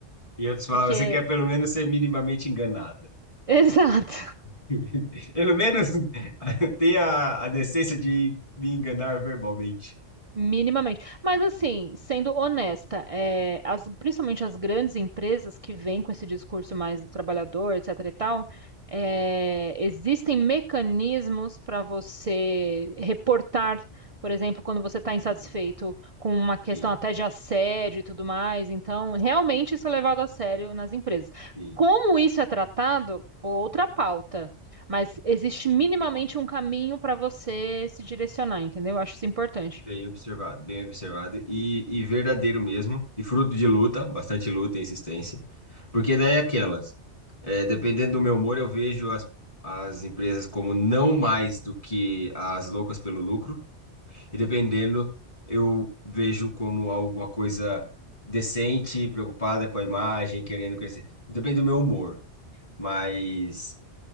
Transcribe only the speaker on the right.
Porque,
<laughs> exato.
Minimamente. Mas assim, sendo honesta, é, as- principalmente as grandes empresas que vêm com esse discurso mais do trabalhador, etc e tal, é, existem mecanismos para você reportar, por exemplo, quando você
está insatisfeito com uma questão
até de assédio e tudo mais. Então, realmente isso é levado a sério nas empresas.
Como isso é tratado, outra pauta. Mas existe minimamente um caminho para você se direcionar, entendeu? Eu acho isso importante.